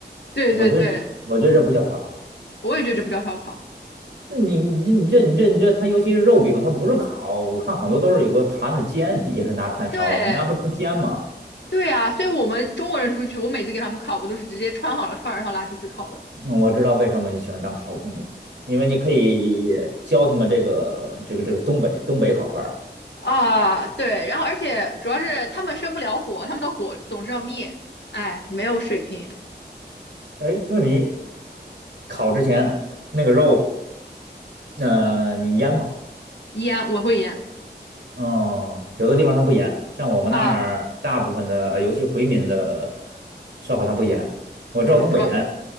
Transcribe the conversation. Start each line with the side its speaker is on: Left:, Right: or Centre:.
Left: 对对对，
Right: 我觉得我觉得这不叫烧烤。
Left: 我也觉得这不叫烧烤。
Right: 你你这你这你这你这，它尤其是肉饼，它不是烤，我看好多都是有个盘子煎，底下是拿炭烧，
Left: 对
Right: 那不成煎吗？
Left: 对啊，所以我们中国人出去，我每次给他们烤，我都是直接穿好了串儿，然后拉出去烤的。
Right: 嗯我知道为什么你喜欢当烤工了，因为你可以教他们这个这个这个东北东北烤串儿。
Left: 啊，对，然后而且主要是他们生不了火，他们的火总是要灭，哎，没有水平，
Right: 哎，那你烤之前那个肉，呃，你腌吗？
Left: 烟我会烟
Right: 嗯，有的地方它不腌，像我们那儿大部分的，
Left: 啊
Right: 尤其回民的烧烤它不腌，我知道东北腌。
Left: 啊，主要